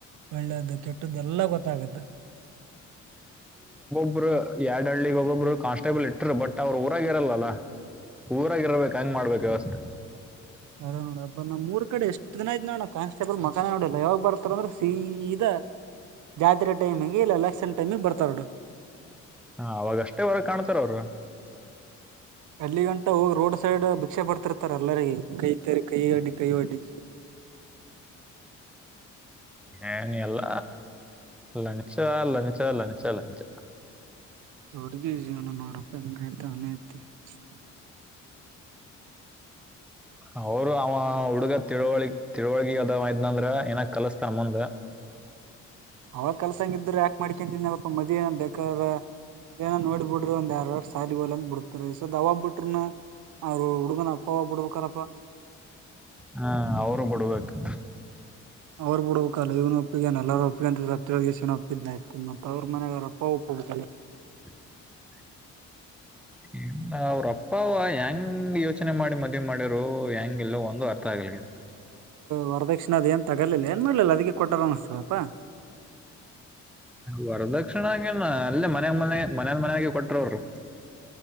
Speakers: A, on the right (about 75°); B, in the centre.
A: ಒಳ್ಳೇದು ಕೆಟ್ಟದ್ದ ಎಲ್ಲ ಗೊತ್ತಾಗುತ್ತೆ
B: ಒಬ್ರು ಎಡ್ ಹಳ್ಳಿಗ್ ಒಬ್ಬೊಬ್ಬರು ಕಾನ್ಸ್ಟೇಬಲ್ ಇಟ್ಟರು ಬಟ್ ಅವ್ರರುಊರಾಗ ಇರಲ್ಲಾ ಊರಾಗಿರ್ಬೇಕ ಹೆಂಗ್ ಮಾಡ್ಬೇಕು ವ್ಯವಸ್ಥೆ
A: ಕರೋ ನೋಡಬ್ಬ ನಾ್ ಮೂರ್ ಕಡೆ ಎಷ್ಟು ದನ ಆಯ್ ನೋಡ ಕಾಸ್ಟೇಬಲ್ ಮಕಾನ ನೋಡಿಲ್ಲ ಯಾವಾಗ ಬರ್ತಾರ ಅಂದ್ರೆ ಸೀದಾ ಜಾತ್ರೆ ಟೈಮಿಗೆ ಇಲ್ಲ ಲಕ್ಷನ್ ಟೈಮಿಗೆ ಬರ್ತಾರೋಡು
B: ಹಾ ಅವಾಗ ಅಷ್ಟೇವರಗೆ ಕಾಣ್ತಾರ ಅವರು
A: ಅಲ್ಲಿ ಗಂಟ ಹೋಗಿ ರೋಡ್ ಸೈಡ್ ಭಿಕ್ಷೆ ಬಡ್ತಿರ್ತಾರ ಎಲ್ಲರಿಗೆಗ ಕೈ ತರಿ ಕೈ ಅಡಿ ಕೈವಡಿ
B: ಏನ ಎಲ್ಲ ಲಂಚ ಲಂಚ ಲಂಚ ಲಂಚ
A: ಅವ್ರಿಗೆ ಜೀವನ ನೋಡಪ್ಪ ಹೆಂಗೈತ <inaudible>
B: ಅವರು ಅವ ಹುಡುಗ ತಿಳುವಳಿ ತಿಳವಳಗ ಅದ ಇದ್ನಂದ್ರ ಏನ ಕಲಸ್ತಾರ ಮುಂದ
A: ಅವಾಗ ಕೆಲ್ಸಾಂಗ ಇದಿದ್ರ ಯಾಕಕ್ ಮಾಡ್ಕೊಂತನ್ಲ್ಪ್ಪಾ ಮ್ ಏನ ಬೇಕಾರ ಏನೋ ನೋಡ್ಬ ಬಿಡ್ರಿ ಒಂದ್ ಎರ್ ವರ್ಷ ಸಾಲಿಗೆ ಹೋಲ ಅಂದ ಬಿಡತರಿ ಸೊ ದವಾ ಬಿಟ್ರನ ಅವರು ಹುಡುಗನಪ್ಪ ಬುಡ್ಬೇಕಾರಪ್ಪ
B: ಹಾ ಅವರು ಕೊಡ್ಬೇಕು
A: ಅವರು ಬಿಡ್ಬೇಕಲ್ಲ ಇವನು ಒಪ್ಪಿಗೆ ಎಲ್ಲಾರ ಒಪ್ಪ ಅಂತವ ಒಪ್ಪಿದ್ನ ಮತ್ತ ಅವ್ರ ಮನಾರಪ್ಪಪ್ಪ ಕುಡ್ತ
B: <inaudible> ಎಲ್ಲ ಅವ್ರಪ್ಪ ಯ ನಮ್ ಯೋಚನೆ ಮಾಡಿ ಮದ್ವಿ ಮಾಡ್ಯರು ಹೆಂಗ ಇಲ್ಲೋ ಒಂದು ಅರ್ಥ ಆಗಲಿಕ್ಕ
A: ಹೊರದಕ್ಷಿಣ ಅದ್ ಏನ್ ತಗಲಿಲ್ಲ ಏನ್ ಮಾಡ್ಲಿಲ್ಲ ಅದಕ್ಕೆ ಕೊಟ್ಟಾರ ಅನಸ್ತದಪ್ಪಾ
B: ವರದಕ್ಷಣ ಹಂಗೇನ ಅಲ್ಲೇ ಮನ ಮನೆ ಮನಲ್ ಮನ್ಯಾಗಿ ಕೊಟ್ರವರು